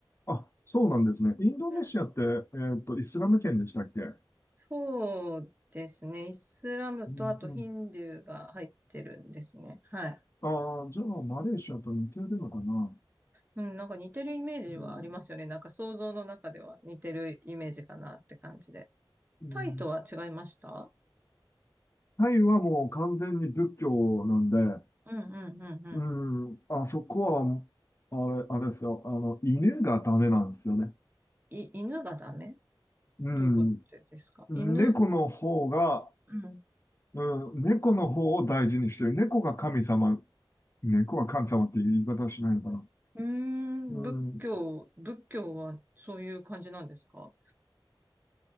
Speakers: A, on the left; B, on the right.
A: あ、そうなんですね。インドネシアって、
B: うん、
A: えっと、イスラム圏でしたっけう
B: そうですね。イスラムとあとヒンドゥーが入ってるんですね。
A: ん。うん。
B: はい。
A: ああ、じゃあ、マレーシアと似てるのかな。
B: うん、なんか似てるイメージはありますよね。
A: うん。
B: なんか想像の中では似てるイメージかなって感じで。
A: うん
B: タイとは違いました
A: タイはもう完全に仏教なんで、
B: うんうんうんうん。
A: うん。あそこは、あれ、あれですよ。あの、犬がダメなんですよね。
B: い、犬がダメ
A: うん。
B: どういうことですか犬、
A: 猫の方が、
B: うん
A: うん、猫の方を大事にしてる。猫が神様、猫が神様っていう言い方はしないのかな。
B: うーん、
A: うん、
B: 仏教、仏教はそういう感じなんですか